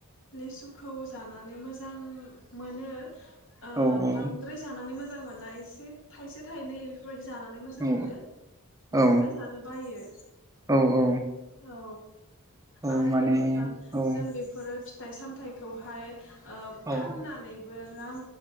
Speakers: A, on the left; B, on the right.
A: लेसुखौ जानानै मोजां मोनो ओ
B: औ औ
A: बांद्राय जानानै मोजां मोजां मोना एसे थाइसे थाइनै बेफोरबायदि जानानै मोजां
B: औ
A: मोनो
B: औ
A: बांद्राय जानो बायो
B: औ औ
A: औ
B: औ
A: आरो
B: माने
A: नोंथां
B: औ
A: जों बेफोरो फिथाइ-सामथाइखौहाय ओ फाननानै
B: औ
A: बो रां